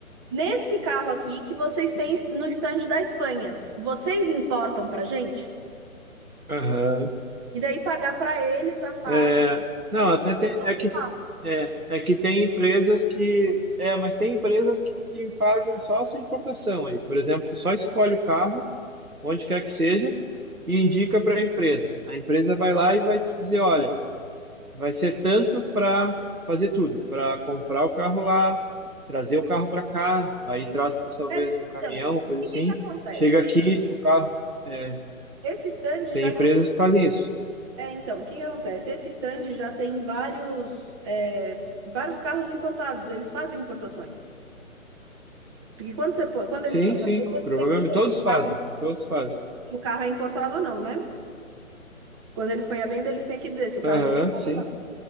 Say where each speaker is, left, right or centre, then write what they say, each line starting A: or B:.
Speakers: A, on the right; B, on the right.
A: nesse carro aqui que vocês têm no stand da Espanha. Vocês importam para gente?
B: Aham.
A: E daí pagar para eles a taxa
B: É, não,
A: de importação
B: até tem, é
A: do
B: que
A: carro.
B: é, é que tem empresas que é, mas tem empresas que, que fazem só essa importação aí. Por exemplo, tu só escolhe o carro, onde quer que seja, e indica para a empresa. A empresa vai lá e vai te dizer, olha, vai ser tanto para fazer tudo, para comprar o carro lá, trazer o carro para cá, aí traz talvez
A: É,
B: num caminhão,
A: então, o
B: coisa
A: que
B: assim.
A: que acontece?
B: Chega aqui, o carro, é,
A: Esse stand
B: tem
A: já
B: empresas que fazem isso.
A: É, então, o que que acontece? Esse stand já tem vários, é, vários carros importados, eles fazem importações. Porque quando você põe, quando
B: Sim,
A: eles põem
B: sim,
A: à venda, eles
B: provavelmente
A: têm que dizer
B: todos
A: se o
B: fazem,
A: carro, é,
B: todos fazem.
A: se o carro é importado ou não, né? Quando eles põem à venda, eles têm que dizer se o carro
B: Aham,
A: é importado
B: sim,
A: ou não,